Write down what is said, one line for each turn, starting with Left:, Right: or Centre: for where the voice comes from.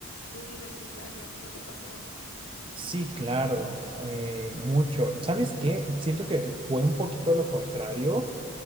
Left: de universitaria. ¿No te pasó?
Right: Sí, claro, eh, mucho. ¿Sabes qué? Siento que fue un poquito lo contrario.